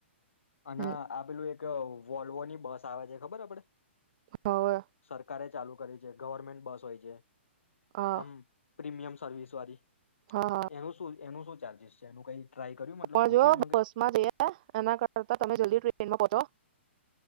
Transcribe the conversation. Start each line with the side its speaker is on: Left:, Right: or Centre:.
Left: અને
Right: હમ
Left: આપેલું એક વોલ્વોની બસ તવાજે ખબર આપડે?
Right: હવે
Left: સરકારે ચાલુ કરી છે ગવર્મેન્ટ બસ હોય છે.
Right: હા
Left: અમ પ્રીમિયમ સરર્વિસ વાળી.
Right: હા
Left: એનું શું એનું શું ચાલજશ છે એનું કઈ ટ્રાય કર્યું મતલબ
Right: હ
Left: પૂછ્યું
Right: જો
Left: એમાં
Right: બસમાં
Left: કઈ
Right: જ એના કરતા તમે જલ્દી ટ્રેનમાં પોચો.